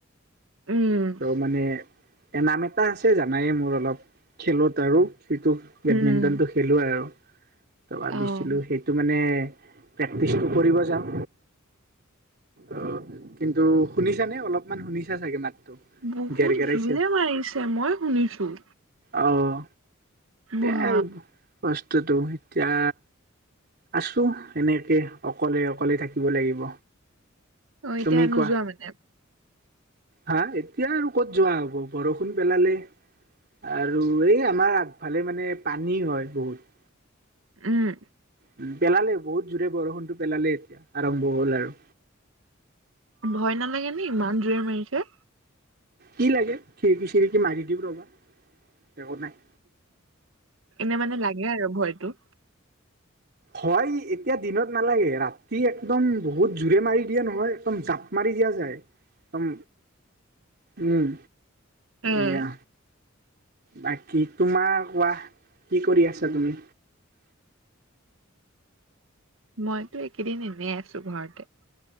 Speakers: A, on the right (about 80°); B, on the right (about 50°).
A: উম।
B: ত' মানে এ, নাম এটা আছে জানায়ে মোৰ অলপ, খেলত আৰু। সেইটো বেডমিন্টন
A: উম
B: টো খেলো আৰু ত' ভাবিছিলোঁ
A: অ',
B: সেই ত' মানে প্ৰেক্টিচো কৰিব যাম অ', কিন্তু শুনিছানে অলপমান শুনিছা চাগে মাতটো।
A: বহুত
B: গেৰ গেৰাইছে
A: জোৰে মাৰিছে মই শুনিছোঁ
B: আহ,
A: বা
B: এয়াই আৰু বস্তুটো, এতিয়া আছোঁ এনেকে, অকলে অকলে থাকিব লাগিব।
A: অহ, এতিয়া
B: তুমি
A: নোযোৱা
B: কোৱা
A: মানে।
B: হা! এতিয়া আৰু ক'ত যোৱা হ'ব বৰষুণ পেলালে। আৰু এই আমাৰ আগফালে মানে পানী হয় বহুত।
A: উম।
B: উম, পেলালে বহুত জোৰে বৰষুণটো পেলালে এতিয়া আৰম্ভ হ'ল আৰু।
A: ভয় নালাগে নে ইমান জোৰে মাৰিছে।
B: কি লাগে খিৰিকি-চিৰিকি মাৰি দিম ৰবা, একত নাই।
A: এনেই মানে লাগে আৰু ভয়তো।
B: হয়, এতিয়া দিনত নালাগে, ৰাতি একদম বহুত জোৰে মাৰি দিয়ে নহয় একদম জাপ মাৰি দিয়া একদম উম,
A: উম
B: এয়া। বাকী তোমাৰ কোৱা কি কৰি আছা তুমি?
A: মইতো একেইদিন এনেই আছোঁ ঘৰতে।